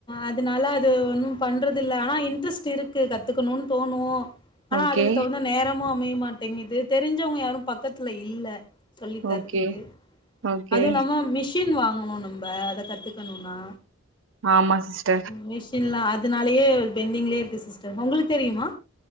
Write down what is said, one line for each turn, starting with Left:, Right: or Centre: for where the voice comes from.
Left: அதனால அது ஒன்னு பண்றது இல்ல ஆனா இன்ட்ரெஸ்ட் இருக்கு கத்துக்கணுன் தோணு ஆனா
Right: ஓகே
Left: அதுக்கு தகுந்த நேரமு அமைய மாட்டேங்குது தெரிஞ்சவங்க யாரு பக்கத்துல இல்ல சொல்லி தரதுக்கு
Right: ஓகே ஓகே
Left: அதுவு இல்லாம மிஷ் ஷின் வாங்கணு நம்ம அத கத்துக்கணுனா
Right: ஆமா சிஸ்டர்
Left: மிஷின்லா அதனாலயே பென்டிங்லியே இருக்கு சிஸ்டர் ஒங்களுக்கு தெரியுமா